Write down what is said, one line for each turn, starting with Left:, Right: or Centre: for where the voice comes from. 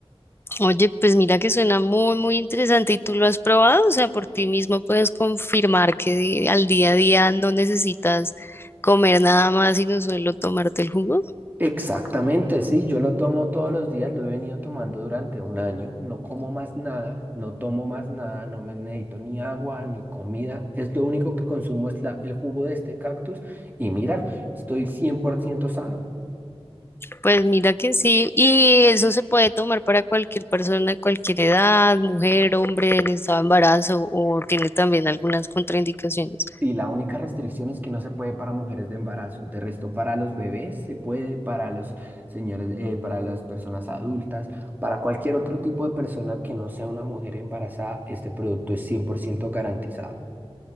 Left: Oye, pues mira que suena muy, muy interesante y tú lo has probado, o sea, por ti mismo puedes confirmar que di- al día a día no necesitas comer nada más, sino solo tomarte el jugo.
Right: Exactamente, sí, yo lo tomo todos los días, lo he venido tomando durante un año, no como más nada, no tomo más nada, no me necesito ni agua ni comida, es lo único que consumo es la, el jugo de este cactus y mira, estoy 100% sano.
Left: Pues mira que sí, y eso se puede tomar para cualquier persona de cualquier edad, mujer, hombre, en estado de embarazo o tiene también algunas contraindicaciones.
Right: Y la única restricción es que no se puede para mujeres de embarazo. De resto, para los bebés se puede, para los señores, eh, para las personas adultas, para cualquier otro tipo de persona que no sea una mujer embarazada, este producto es 100% garantizado.